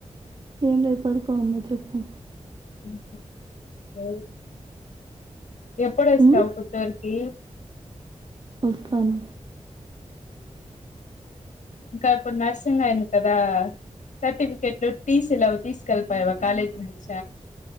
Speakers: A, on the right (about 40°); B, on the left (about 80°).
A: ఏం లేదు పడుకోని ఉన్నా చెప్పు
B: అహ ఏ ఎప్పుడొస్తావు
A: ఉమ్,
B: పత్తూరికి
A: వస్తాన్
B: ఇంకా ఇప్పుడు నర్సింగ్ అయింది కదా సర్టిఫికెట్లు టీసీలావి తీసుకెళ్ళిపోయావా కాలేజీ నుంచ